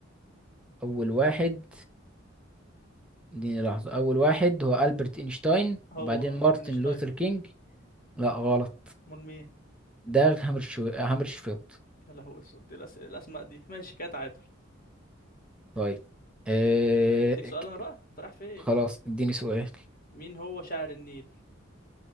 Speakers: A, in the centre; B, on the left.
A: أول واحد اديني لحظة أول واحد هو ألبرت إينشتاين
B: هو
A: وبعدين مارتن
B: اينشتاين
A: لوثر كينج لا غلط
B: امال مين
A: داغ هامرشو... هامرشفيلد
B: يا لهو اسود دي الأس... الاسماء دي ماشي كده تعادل
A: طيب آه
B: اديك سؤال
A: ك-
B: انا بقى انت رايح في ايه
A: خلاص اديني سؤال
B: مين هو شاعر النيل